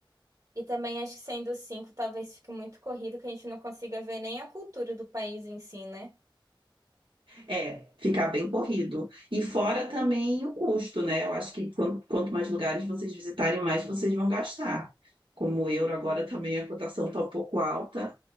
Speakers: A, on the right (about 40°); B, on the right (about 75°).
A: E também acho que sendo cinco, talvez fique muito corrido, que a gente não consiga ver nem a cultura do país em si, né?
B: É, ficar bem corrido. E fora também o custo, né? Eu acho que quan- quanto mais lugares vocês visitarem, mais vocês vão gastar. Como o euro agora também a cotação está um pouco alta,